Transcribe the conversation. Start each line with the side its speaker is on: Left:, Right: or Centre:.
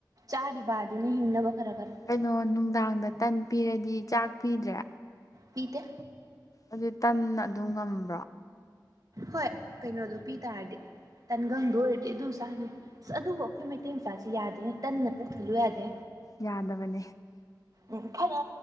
Right: ꯆꯥꯔꯤꯕ ꯑꯗꯨꯅ ꯍꯤꯡꯅꯕ ꯈꯔ ꯈꯔ
Left: ꯀꯩꯅꯣ ꯅꯨꯡꯗꯥꯡꯗ ꯇꯟ ꯄꯤꯔꯗꯤ ꯆꯥꯛ ꯄꯤꯗ꯭ꯔꯦ
Right: ꯄꯤꯗ
Left: ꯑꯗꯨ ꯇꯟꯅ ꯑꯗꯨ ꯉꯝꯃꯦ
Right: ꯍꯣꯏ ꯀꯩꯅꯣꯗꯣ ꯄꯤ ꯇꯥꯔꯗꯤ ꯇꯟꯒꯪꯗꯣ ꯑꯣꯏꯔꯗꯤ ꯑꯗꯨꯝ ꯆꯥꯅꯤ ꯑꯁ ꯑꯗꯨꯕꯨ ꯑꯩꯈꯣꯏ ꯃꯩꯇꯩ ꯃꯆꯥꯁꯤ ꯌꯥꯗꯦꯅꯤ ꯇꯟꯅ ꯄꯨꯣꯛꯊꯜꯂꯨ ꯌꯥꯗꯦ
Left: ꯌꯥꯗꯕꯅꯦ
Right: ꯎꯝ ꯐꯔꯥ